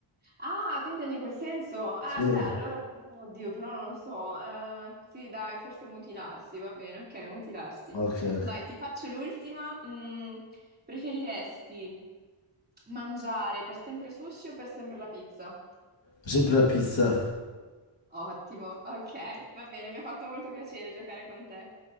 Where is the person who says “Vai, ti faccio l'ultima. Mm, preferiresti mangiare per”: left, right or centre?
Right